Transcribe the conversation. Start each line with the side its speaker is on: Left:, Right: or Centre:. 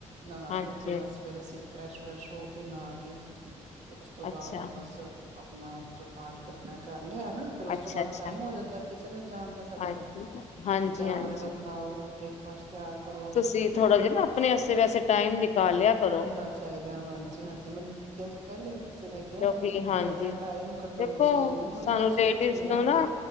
Right: ਨਾ
Left: ਹਾਂਜੀ
Right: ਤੋ ਕੇ ਬਸ ਫੇਰ ਅਸੀਂ ਫਰੈਸ਼ ਵਰੈਸ਼ ਹੋ ਕੇ ਨਹਾ ਕੇ ਫਿਰ ਉਸ ਤੋਂ
Left: ਅੱਛਾ
Right: ਬਾਅਦ ਬਸ ਆਪਣਾ ਜੋ ਪਾਠ ਕਰਨਾ ਕਰ ਲਿਆ ਫੇਰ ਉਸ
Left: ਅੱਛਾ
Right: ਤੋਂ ਬਾਅਦ
Left: ਅੱਛਾ
Right: ਟਾਈਮ ਹੋ ਜਾਂਦਾ ਕਿਸੇ ਨੇ ਜਾਣ ਦਾ ਸਾਡਾ
Left: ਹਾਂਜੀ, ਹਾਂਜੀ,
Right: ਚਾਹ
Left: ਹਾਂਜੀ
Right: ਵਗੈਰਾ ਬਣਾਓ ਬ੍ਰੇਕ ਪਾਸ ਤਿਆਰ ਕਰੋ?
Left: ਤੁਸੀਂ ਥੋੜਾ ਜਿਹਾ ਨਾ ਆਪਣੇ ਆਸੇ ਵੈਸੇ ਟਾਈਮ ਨਿਕਾਲਿਆ ਕਰੋ।
Right: ਕਡਨਾ ਚਾਹੀਦਾ। ਹਾਂਜੀ-ਹਾਂਜੀ, ਮੈਨੂੰ ਕਿਹਾ ਪੈਲੇ ਵੀ ਕਿਸੇ ਨੇ ਕਿਹਾ
Left: ਜ ਹਾਂਜੀ
Right: ਆਪਣਾ ਟਾਈਮ ਕੱਢੋ
Left: ਦੇਖੋ,
Right: ਤੁਸੀਂ ਜ਼ਰੂਰ
Left: ਸਾਨੂੰ
Right: ਹੁਣ ਮੈਂ ਸੋਚ
Left: ਲੇਡੀਜ਼
Right: ਰਹੀ ਹਾਂ
Left: ਨੂੰ ਨਾ